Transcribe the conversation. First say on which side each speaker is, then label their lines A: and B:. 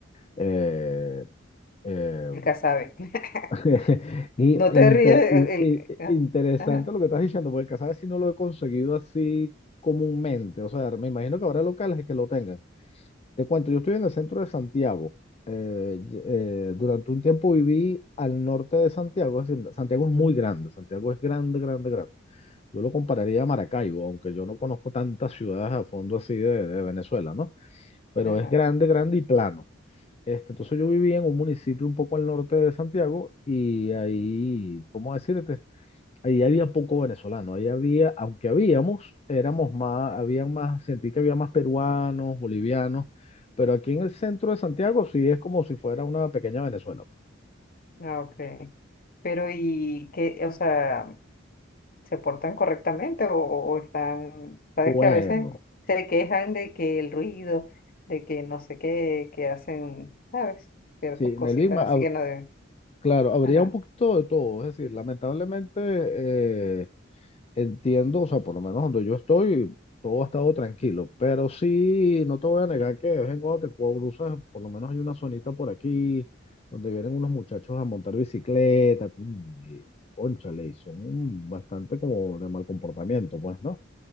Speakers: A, on the left (about 30°); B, on the left (about 50°).
A: eh, eh,
B: El Casabe. <laughs>
A: <laughs> Y
B: No te
A: inter-
B: rías. El,
A: in-
B: el-
A: in-
B: ah,
A: interesante
B: ajá,
A: lo que estás diciendo, porque Casares si no lo he conseguido así comúnmente. O sea, me imagino que habrá locales que lo tengan. Te cuento, yo estoy en el centro de Santiago. Eh, y- eh, durante un tiempo viví al norte de Santiago. Es decir, Santiago es muy grande. Santiago es grande, grande, grande. Yo lo compararía a Maracaibo, aunque yo no conozco tantas ciudades a fondo así de, de Venezuela, ¿no? Pero
B: ajá,
A: es grande, grande y plano. Este, entonces yo vivía en un municipio un poco al norte de Santiago y ahí, ¿cómo decirte? Ahí había poco venezolano, ahí había, aunque habíamos, éramos más, habían más, sentí que había más peruanos, bolivianos, pero aquí en el centro de Santiago sí es como si fuera una pequeña Venezuela. pues.
B: ah, ok. Pero ¿y qué? O sea, ¿se portan correctamente o, o están, sabes
A: Bueno,
B: que a veces se quejan de que el ruido, de que no sé qué, que hacen, ¿sabes? Ciertas
A: sí, en
B: cositas
A: el Big Mac,
B: así
A: hab-
B: que no deben.
A: claro, habría
B: Ajá,
A: un poquito de todo, es decir, lamentablemente eh, entiendo, o sea, por lo menos donde yo estoy, todo ha estado tranquilo, pero sí, no te voy a negar que de vez en cuando te cruzas, por lo menos hay una zonita por aquí donde vienen unos muchachos a montar bicicleta, mm, y cónchale, y son mm, bastante como de mal comportamiento, pues, ¿no?